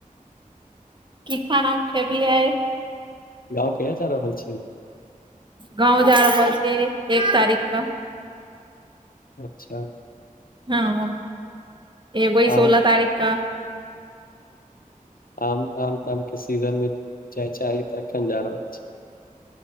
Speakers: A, on the right (about 35°); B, on the left (about 85°).
A: की खाना खेबही आई
B: गाँव कहिया जा रहल छी
A: गाँव जा रहल छियै एक तारीख कऽ
B: अच्छा
A: हँ एवय सोलह
B: आम
A: तारीख क
B: आम आम ताम के सीजन मे जाय चाही त अखन जा रहल छै